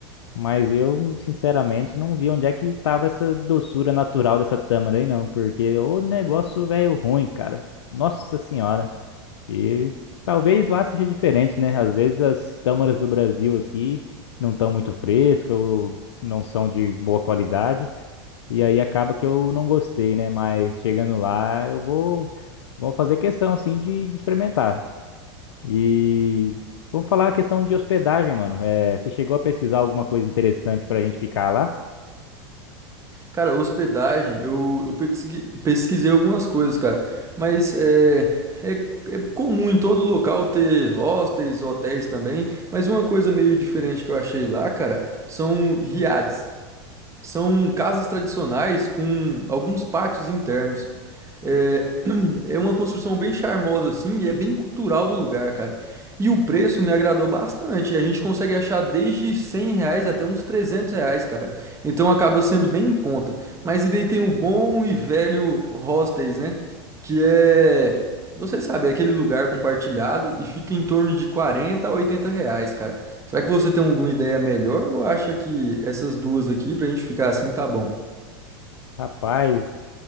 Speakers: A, on the left; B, on the right.
A: mas eu sinceramente não vi onde é que tava essa doçura natural dessa tâmara aí, não, porque o negócio velho ruim, cara. Nossa senhora. E talvez lá seja diferente, né? Às vezes as tâmaras do Brasil aqui não estão muito frescas ou não são de boa qualidade. E aí acaba que eu não gostei, né? Mas chegando lá, eu vou, vou fazer questão, assim, de, de experimentar. E vamos falar a questão de hospedagem, mano. É, você chegou a pesquisar alguma coisa interessante pra gente ficar lá?
B: Cara, hospedagem, eu, eu pesqui- pesquisei algumas coisas, cara, mas é, é, é comum em todo local ter hostels, hotéis também, mas uma coisa meio diferente que eu achei lá, cara, são riades. São casas tradicionais com alguns pátios internos. Eh, Sim, é uma construção bem charmosa, assim, e é bem cultural do lugar, cara. E o preço me agradou bastante. A gente consegue achar desde 100 reais até uns 300 reais, cara. Então acaba sendo bem em conta. Mas e daí tem o bom e velho hostels, né? Que é, você sabe, é aquele lugar compartilhado e fica em torno de 40 a 80 reais, cara. Será que você tem alguma ideia melhor ou acha que essas duas aqui, pra gente ficar assim, tá bom?
A: Rapaz,